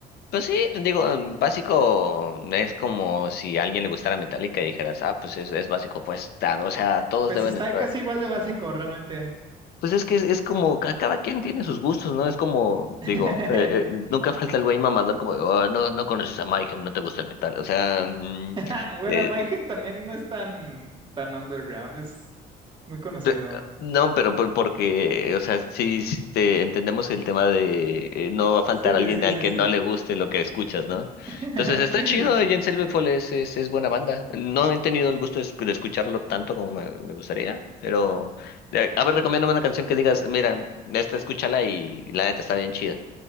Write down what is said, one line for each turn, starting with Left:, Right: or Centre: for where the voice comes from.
Left: Pues sí, digo, en básico mm, es como si a alguien le gustara Metallica y dijeras, ah, pues es, es básico, pues, ta- o sea, todos
Right: Pues
Left: deben,
Right: está casi igual de básico, realmente.
Left: Pues es que es, es como, ca- cada quien tiene sus gustos, ¿no? Es como,
Right: <laughs>
Left: digo, eh, eh, nunca falta el güey mamador como, de, "Oh, no, no conoces a Mayhem, no te gusta el metal, o sea, mm,
Right: Ah, bueno,
Left: eh,
Right: Mayhem
Left: eh,
Right: también no es tan, tan underground, es muy conocido.
Left: pe- no, pero por- porque, o sea, sí, sí, este, entendemos el tema de eh, no va a faltar
Right: Sí, sí,
Left: alguien
Right: sí,
Left: al
Right: sí,
Left: que
Right: sí.
Left: no le guste lo que escuchas, ¿no?
Right: <laughs>
Left: Entonces está chido, Jens Lethal es, es, es buena banda, no he tenido el gusto de, esc- de escucharlo tanto como me, me gustaría, pero, eh, a ver, recomiéndame una canción que digas, mira, esta escúchala y la neta está bien chida.